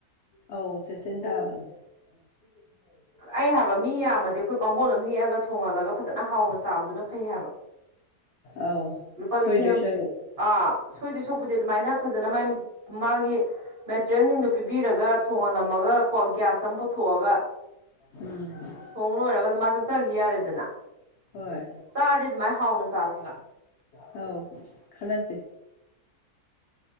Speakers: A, on the left (about 80°); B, on the right (about 35°).
A: ꯑꯧ ꯁꯤꯦꯁꯇꯦꯟ ꯇꯕꯟ <unintelligible>
B: ꯑꯩ ꯍꯥꯏꯕ ꯃꯤ ꯌꯥꯝꯃꯗꯤ ꯑꯩꯈꯣꯏ ꯕꯥꯝꯕꯣꯜ ꯑꯃ ꯅꯦꯛꯑꯒ ꯊꯣꯡꯍꯜꯂꯒ ꯐꯖꯅ ꯍꯥꯎꯅ ꯆꯥꯕꯗꯨꯅ ꯐꯩ ꯍꯥꯏꯕ
A: ꯑꯥꯎ
B: ꯂꯨꯄꯥ ꯂꯤꯁꯤꯡ
A: ꯁꯣꯏꯗꯏꯁꯔꯣ
B: ꯑꯃ ꯑꯥ ꯁꯣꯏꯗꯣꯏ ꯁꯣꯛꯄꯗꯤ ꯑꯗꯨꯃꯥꯏꯅ ꯐꯖꯅ ꯃꯥꯥꯏ ꯃꯥꯒꯤ ꯃꯦꯇꯔꯤꯌꯦꯜꯁꯤꯡꯗꯨꯣ ꯄꯤ ꯊꯥꯕꯤꯔꯒ ꯊꯣꯡꯍꯜꯂꯝꯃꯒ ꯀꯣ ꯒ꯭ꯌꯥꯁ ꯑꯃ ꯄꯨꯊꯣꯛꯑꯒ
A: ꯎꯝ
B: ꯊꯣꯡ ꯂꯣꯏꯔꯒ ꯑꯗꯨꯝ ꯃꯥ ꯆꯠꯆꯈꯤ ꯌꯥꯔꯦꯗꯅ
A: ꯍꯣꯏ
B: ꯆꯥꯔꯗꯤ ꯑꯗꯨꯃꯥꯏꯅ ꯍꯥꯎꯅ ꯆꯥꯁꯤꯕ
A: ꯍꯥꯎ ꯈꯅꯥꯁꯦ